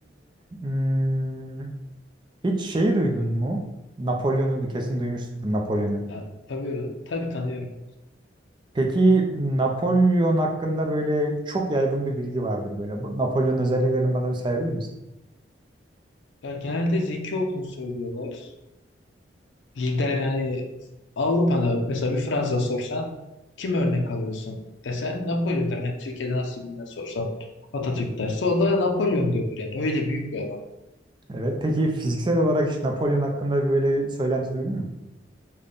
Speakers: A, on the right (about 25°); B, on the left (about 75°).
A: hmm, hiç şeyi duydun mu? Napolyon'u kesin duymuşsundur Napolyon'u.
B: Ya, tabii, öyle- tabii tanıyorum.
A: Peki Napolyon hakkında böyle çok yaygın bir bilgi vardır böyle. Bu Napolyon özelliklerini bana bir sayabilir misin?
B: Ya, genelde zeki olduğunu söylüyorlar. Lider yani Avrupa'da mesela bir Fransa sorsan kim örnek alıyorsun desen Napolyon der. Hani Türkiye'de nasıl bilinen sorsan Atatürk derse o da Napolyon diyordur yani öyle büyük bir adam.
A: Evet. Peki fiziksel olarak hiç Napolyon hakkında bir böyle söylenti duydun mu?